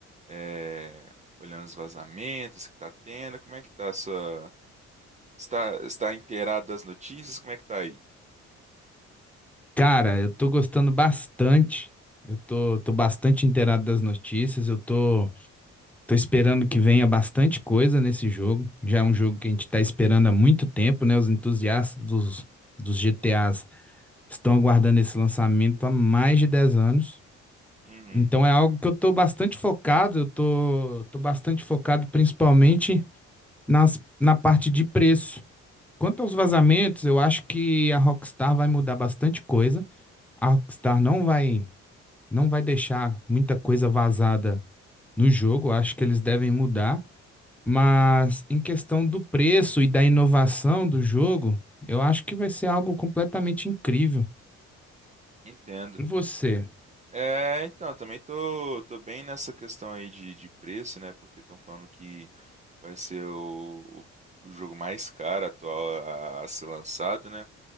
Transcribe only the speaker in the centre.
Cara, eu tô gostando bastante. Eu tô, tô bastante inteirado das notícias. Eu tô, tô esperando que venha bastante coisa nesse jogo. Já é um jogo que a gente tá esperando há muito tempo, né? Os entusiastas dos, dos GTAs estão aguardando esse lançamento há mais de 10 anos.
Então é algo que eu tô bastante focado. Eu tô, tô bastante focado principalmente nas, na parte de preço. Quanto aos vazamentos, eu acho que a Rockstar vai mudar bastante coisa. A Rockstar não vai, não vai deixar muita coisa vazada no jogo. Eu acho que eles devem mudar. Mas em questão do preço e da inovação do jogo, eu acho que vai ser algo completamente incrível.
E você?